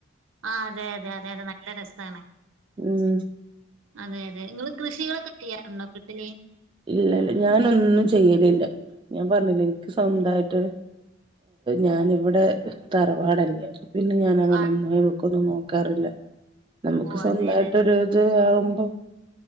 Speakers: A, on the right (about 85°); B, on the right (about 25°).
A: ആ അതെ അതെ അതെ അതെ നല്ല രസമാണ്
B: ഉം
A: അതെത അതെ നിങ്ങൾ കൃഷികളൊക്കെ ചെയ്യാറുണ്ടോ അപ്പത്തേ
B: ഇല്ലല്ല ഞാനൊന്നും ചെയ്യലില്ല ഞാൻ പറഞ്ഞില്ല സ്വന്തമായിട്ട്് ഞാനിവിടെ തറവാടല്ലേ പിന്നെ ഞാൻ അങ്ങനെ
A: ആ
B: ഒന്നിക്കൊക്കൊന്നും നോക്കാറില്ല നമുക്ക്
A: ഓ
B: സ്വന്തമായിട്ടരു
A: അതെ അതെ
B: ഇത് ആവുമ്പോ